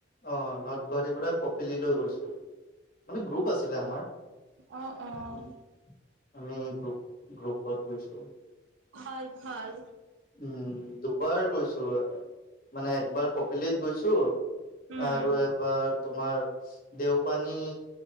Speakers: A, on the left; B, on the right.
A: অৱ নৰ্থ গুৱাহাটীৰ পৰা কপিলৈ গৈছে। মানে গ্ৰুপ আছিলে আমাৰ
B: অ', অ',
A: আমি গ্ৰুপ গ্ৰুপত গৈছোঁ
B: ভাল ভাল।
A: উম দুবাৰ গৈছো মানে একবাৰ ক পিলিত গৈছো
B: উম,
A: আৰু এবাৰ তোমাৰ দেওপানী